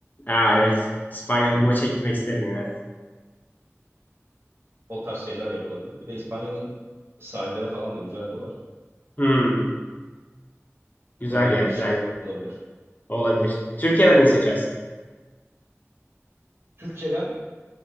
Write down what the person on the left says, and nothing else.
Aa evet. İspanya'da
bir maça gitmek isterim ya. Evet.
Hmm. Güzel
ya, güzel.
Olabilir. Türkiye'den neyi seçersin?